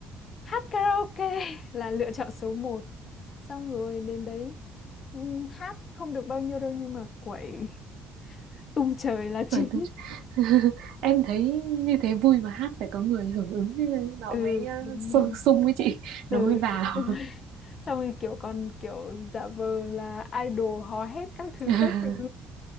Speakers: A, on the left (about 40°); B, on the right (about 75°).
A: hát karaoke <laughs> là lựa chọn số một, xong rồi đến đấy ừm, hát không được bao nhiêu đâu nhưng mà quẩy <laughs> tung trời là chính
B: Bởi từ... <laughs> em thấy như thế vui mà hát phải có người hưởng ứng nó
A: ừ
B: mới à,
A: đúng
B: xô-
A: rồi
B: sung với chị
A: ừ
B: nó mới vào
A: đúng rồi <laughs> xong rồi kiểu còn kiểu giả vờ là idol hò hét các thứ
B: <laughs>
A: các thứ